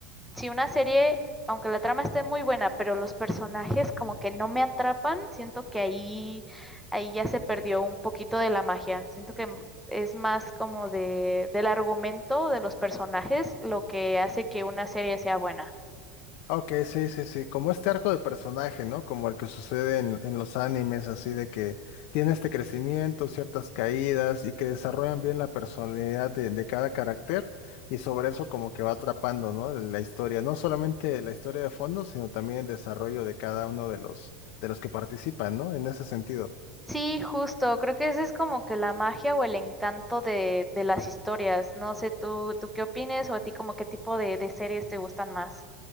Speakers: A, in the centre; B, on the left.
A: si una serie, aunque la trama esté muy buena, pero los personajes como que no me atrapan, siento que ahí, ahí ya se perdió un poquito de la magia. Siento que m- es más como de, del argumento de los personajes lo que hace que una serie sea buena.
B: Ah, ok, sí, sí, sí, como este arco de personaje, ¿no? Como el que sucede en, en los animes, así de que tiene este crecimiento, ciertas caídas y que desarrollan bien la personalidad de, de cada carácter y sobre eso como que va atrapando, ¿no? La historia, no solamente la historia de fondo, sino también el desarrollo de cada uno de los, de los que participan, ¿no? En ese sentido.
A: Sí, justo, creo que ese es como que la magia o el encanto de, de las historias. No sé, tú, tú qué opines o a ti como qué tipo de, de series te gustan más.